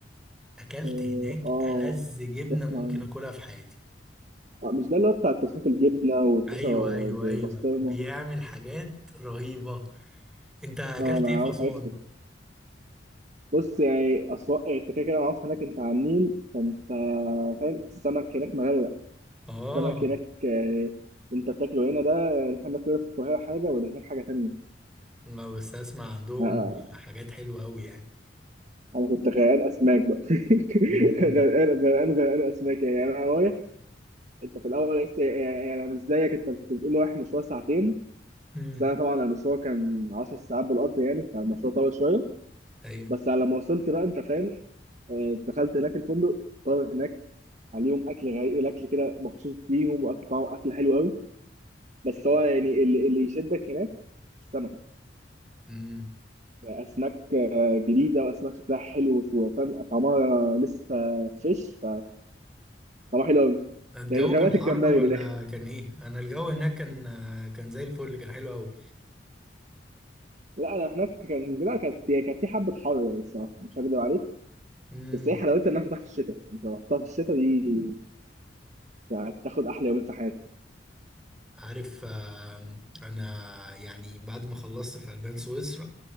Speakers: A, in the centre; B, on the right.
A: اكلت
B: اه
A: هناك
B: آه،
A: ألذ جبنه
B: بسمع
A: ممكن اكلها في حياتي
B: آه، مش ده اللي هو بتاع الطاسات الجبنه والطاسه
A: ايوه ايوه
B: ببسطرمه
A: ايوه بيعمل حاجات رهيبه انت اكلت
B: اه انا
A: ايه في
B: عارف
A: اسوان
B: عرفته بص يعني اسواق انت كده كده معروف هناك انت على النيل فانت فاهم السمك هناك مغرق
A: اه
B: السمك هناك آه، انت بتاكله هنا ده آه، احنا بناكله في القاهره حاجه واللي هناك حاجه تانيه
A: ما بس اسمع عندهم
B: آه آه،
A: حاجات حلوه قوي يعني
B: انا كنت غرقان اسماك بقى <laughs>
A: امم
B: غرقان غرقان غرقان اسماك يعني انا رايح انت في الاول لسه يعني انا مش زيك انت كنت بتقول رايح مشوار ساعتين
A: امم
B: بس انا طبعا المشوار كان 10 ساعات بالقطر يعني فالمشوار طول شويه
A: ايوه
B: بس على ما وصلت بقى انت فاهم آه، دخلت هناك الفندق طلب هناك عليهم اكل غير الاكل كده مخصوص ليهم واكل طعمه اكل حلو قوي بس هو يعني اللي, اللي يشدك هناك السمك
A: امم
B: يعني اسماك آه، جديده واسماك شكلها حلو وفاهم طعمها لسه فريش فطعمها حلو قوي
A: الجو
B: يعني غابات
A: كان حر
B: الجمبري
A: ولا
B: بالاخر
A: كان ايه انا الجو هناك كان كان زي الفل كان حلو قوي
B: لا انا هناك كان لا كانت يعني كانت في حبه حر يعني الصراحه مش هكدب عليك
A: امم
B: بس هي حلاوتها انها تفتح في الشتاء انت لو رحتها في الشتاء دي يعني هتاخد احلى يومين في حياتك
A: عارف آم، انا يعني بعد ما خلصت في البان سويسرا